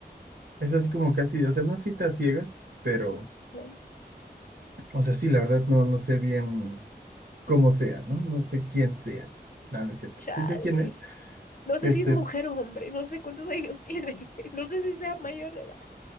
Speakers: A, on the right; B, on the left.
A: es así como casi, o sea, no citas ciegas, pero,
B: No,
A: o sea, sí, la verdad no, no sé bien. como sea, ¿no? No sé quién sea. Nada, no es cierto.
B: Chale.
A: Sí sé quién es.
B: No sé
A: Este,
B: si es mujer o hombre, no sé cuántos años tiene, <laughs> no sé si sea mayor de edad.